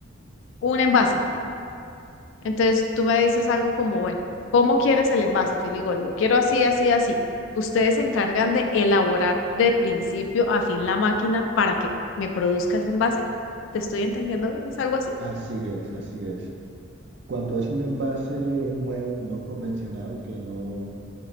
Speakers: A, on the left; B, on the right.
A: un envase. Entonces tú me dices algo como, bueno, ¿cómo quieres el envase? Yo le digo, lo quiero así, así, así. Ustedes se encargan de elaborar de principio a fin la máquina para que me produzca ese envase. ¿Te estoy entendiendo bien? ¿Es algo así?
B: así es, así es. Cuando es un envase nuevo, no convencional, que no,